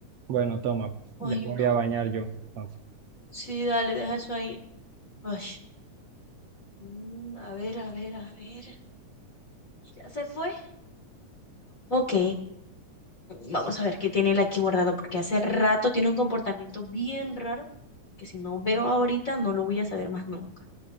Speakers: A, on the right; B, on the left.
A: Bueno, toma, pues,
B: Ay,
A: ya voy
B: no.
A: a bañar yo. Entonces,
B: Sí, dale, deja eso ahí. Ay. Mm, a ver, a ver, a ver. ¿Ya se fue? Ok, vamos a ver qué tiene él aquí guardado, porque hace rato tiene un comportamiento bien raro que si no veo ahorita no lo voy a saber más nunca.